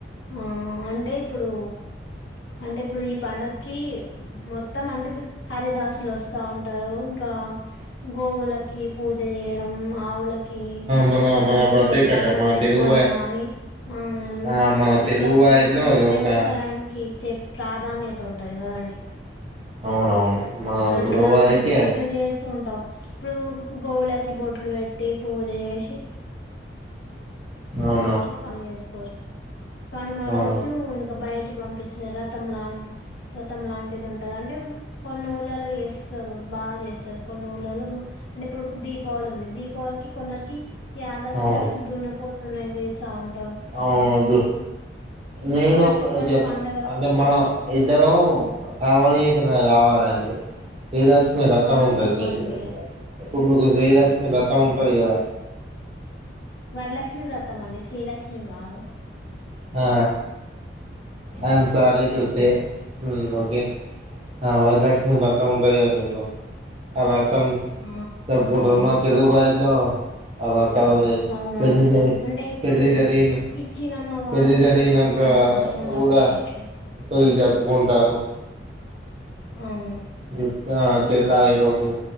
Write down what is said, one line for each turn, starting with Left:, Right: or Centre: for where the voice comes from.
Left: ఆ అంటే ఇప్పుడు అంటే ఇప్పుడు ఈ పండక్కి మొత్తం అంటే హరిదాసులు వస్తా ఉంటారు ఇంకా గోవులకి పూజ చేయడం ఆవులకి
Right: మన
Left: అట్లా
Right: మన ప్రత్యేకత
Left: ఇట్లా అల్లం
Right: మన
Left: పెట్టుకోవడం
Right: తెలుగు
Left: గానీ ఆ
Right: ఆ మన
Left: ఇట్లా
Right: తెలుగు వారిలో
Left: మన
Right: అదొక
Left: వ్యవసాయానికి ఇచ్చే ప్రాధాన్యత ఉంటది గదండి
Right: అవునవును మన
Left: అట్లా
Right: తెలుగు వారికి
Left: అట్లా జేస్తుంటమ్ ఇప్పుడు గోవులకి బొట్లు బెట్టి పూజ జేసి
Right: అవును
Left: అందరు మంచిగ పని జేసుకోరి కనుమా
Right: అవును
Left: రోజు ఇంకా బయటికి పంపిస్తర్ రతంలా వ్రతం లాంటిది ఉంటది అంటే కొన్ని ఊళ్లలో చేస్తరు బాగా జేస్తరు కొన్ని ఊళ్లలో అంటే ఇప్పుడు దీపావళి ఉంది దీపావళికి కొందరికి యాదవ్స్
Right: అవును
Left: లల్లో దున్నపోతులదే సౌండ్
Right: అవును వద్దు నేను
Left: కొందరికి
Right: ఒకటి
Left: కొన్ని
Right: చెప్
Left: పండగలు
Right: అంటే మనం ఇద్దరం కన్వగేషన్ కావాలండి శ్రీలక్ష్మి రతం
Left: ఆ
Right: ఉంటది
Left: చెప్పండి
Right: మీకు
Left: మీరే
Right: ఇప్పుడు మీకు శ్రీలక్ష్మి రతం ఉంటది గదా
Left: వరలక్ష్మి వ్రతం అండి శ్రీలక్ష్మి గాదు
Right: ఆ I am sorry to say um okay ఆ వరలక్ష్మి వ్రతం ఉంటదిగా మీకు అ మొత్తం
Left: ఆ
Right: జరుపుకుంటారు మా తెలుగు భాషలో అవబ్ తాలని
Left: అవునవును
Right: పెళ్ళి జరిగి
Left: అంటే ఇప్పుడు
Right: పెళ్ళి జరిగినంకా
Left: ఇచ్చినమ్మ వాయనం
Right: పెళ్ళి జరిగినంకా
Left: పుచ్చుకున్నమ్మ వాయనం
Right: గాడా
Left: అంటారు అట్లా
Right: ఇది జరుపుకుంటారు
Left: అవును
Right: జుట్టు ఆ తెల్లారి రోజు